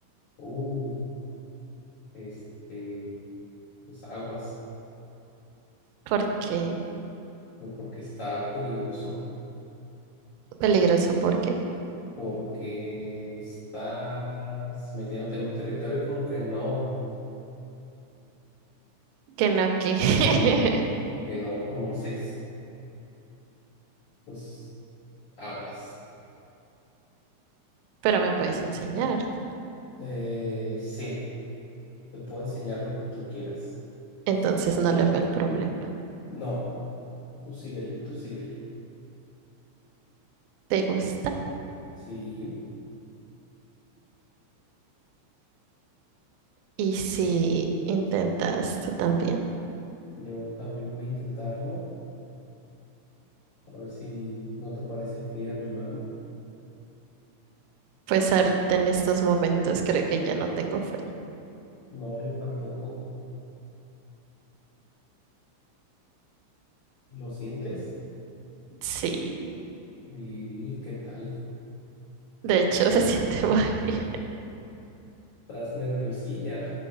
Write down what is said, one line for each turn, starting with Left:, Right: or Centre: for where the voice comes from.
Left: Uh, este, pues aguas,
Right: Porque
Left: pues, porque está peligroso.
Right: peligroso, porque
Left: porque estás metiéndote en un territorio como que no,
Right: que no que. <laughs>
Left: que no conoces los aguas.
Right: Pero me puedes enseñar. ¿no?
Left: Eh, sí, te puedo enseñar lo que tú quieras.
Right: Entonces no le veo el problema.
Left: No, tú síguele, tú síguele.
Right: te gusta
Left: Sí,
Right: y si intentas tú también.
Left: yo también voy a intentarlo, a ver si no te parece fría mi mano.
Right: Pues ahorita en estos momentos creo que ya no tengo frío.
Left: No, yo tampoco. ¿Lo sientes?
Right: Sí,
Left: ¿Y qué tal?
Right: de hecho <laughs> se siente muy bien.
Left: ¿Estás nerviosilla?